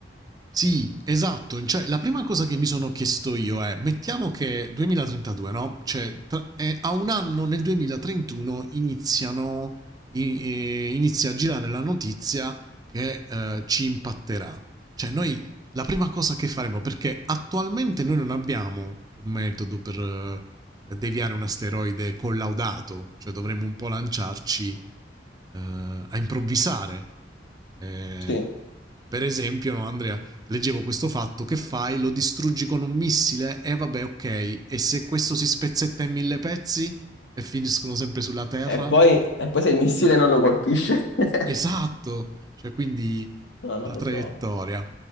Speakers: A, on the right; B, on the left.
A: Sì, esatto. Cioè, la prima cosa che mi sono chiesto io è, mettiamo che 2032, no? Cioè, tra- eh, a un anno, nel 2031, iniziano, i- eh, inizia a girare la notizia che eh, ci impatterà. Cioè, noi la prima cosa che faremo, perché attualmente noi non abbiamo un metodo per eh, deviare un asteroide collaudato, cioè dovremmo un po' lanciarci eh, a improvvisare. Eh,
B: Sì.
A: per esempio, no, Andrea, Leggevo questo fatto, che fai? Lo distruggi con un missile? E eh, vabbè, ok. E se questo si spezzetta in mille pezzi? E finiscono sempre sulla Terra?
B: E poi, e poi se il missile non lo colpisce? <laughs>
A: Esatto! Cioè, quindi
B: No, non
A: la
B: lo
A: traiettoria.
B: so.